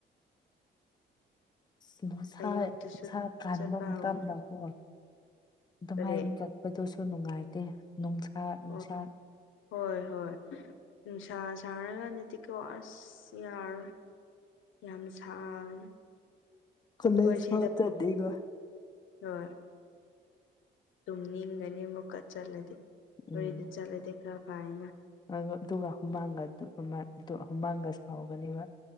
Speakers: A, on the left; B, on the left.
A: ꯑ ꯅꯨꯡꯁꯥ
B: ꯑꯌꯨꯛꯇꯁꯨ
A: ꯁꯥꯥ ꯀꯥꯟꯕ
B: ꯆꯠꯄ
A: ꯃꯇꯝꯗꯀꯣ
B: ꯍꯧꯅꯤ
A: ꯑꯗꯨꯃꯥꯏꯅ
B: ꯀꯔꯤ
A: ꯆꯠ ꯑꯗꯨꯗꯨꯁꯨ ꯅꯨꯡꯉꯥꯏꯇꯦ ꯅꯨꯡꯁꯥ ꯅꯨꯡꯁꯥ
B: ꯑꯣ ꯍꯣꯏ ꯍꯣꯏ ꯅꯨꯡꯁꯥ ꯁꯥꯔꯒꯗꯤ ꯇꯤꯀꯣ ꯑꯁ ꯌꯥꯔꯣꯏ ꯌꯥꯝ ꯁꯥꯡ
A: ꯀꯣꯂꯦꯖ
B: ꯀꯁꯤꯗ
A: ꯐꯥꯎ ꯆꯠꯂꯤꯒꯣ
B: ꯍꯣꯏ ꯇꯨꯝꯅꯤꯡꯒꯅꯤ ꯑꯃꯨꯛꯀ ꯆꯠꯂꯗꯤꯦ ꯃꯣꯔꯣꯏꯗ
A: ꯎꯝ
B: ꯆꯠꯂꯗꯤ ꯈꯔ ꯐꯅ
A: ꯑꯗꯨꯒ ꯍꯨꯃꯥꯡꯒ ꯍꯨꯃꯥꯡꯒ ꯁꯥꯎꯒꯅꯦꯕ